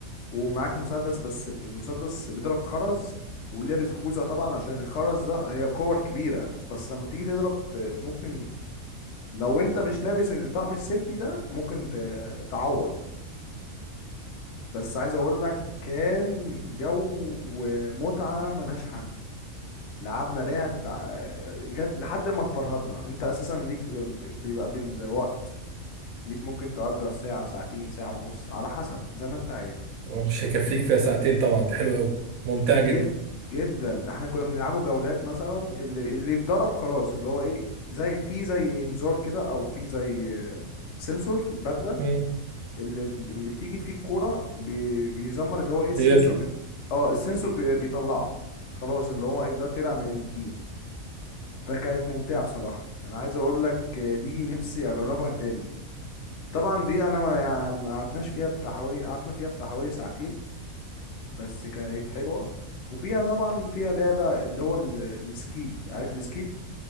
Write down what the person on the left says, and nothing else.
ومعاك مسدس بس المسدس بيضرب خرز ولابس خوذة طبعا عشان الخرز ده هي كور كبيرة بس لما بتيجي تضرب ممكن لو انت مش لابس الطقم السيفتي ده ممكن ت- تعور بس عايز اقول لك كان جو ومتعة ملهاش حل لعبنا لعب ع- جت لحد ما اتفرهدنا انت اساسا ليك بيبقى بالوقت ليك ممكن تأجر ساعة ساعتين ساعة ونص على حسب زي ما انت عايز
جد
جدا احنا كنا بنلعبه جولات مثلا اللي اللي اتضرب خلاص اللي هو ايه زي في زي انذار كده او في زي سنسور في البدلة
اللي اللي بتيجي فيه الكورة بي- بيزمر اللي هو ايه السنسور
بي... اه السنسور بي... بيطلعه خلاص اللي هو ايه ده طلع من الجيم فكانت ممتعة بصراحة انا عايز اقول لك دي نفسي اجربها تاني طبعا دي انا ما يعني ما قعدناش فيها بتاع حوالي قعدنا فيها بتاع حوالي ساعتين بس كانت حلوة وفيها طبعا فيها لعبة اللي هو ال- السكيب عارف السكيب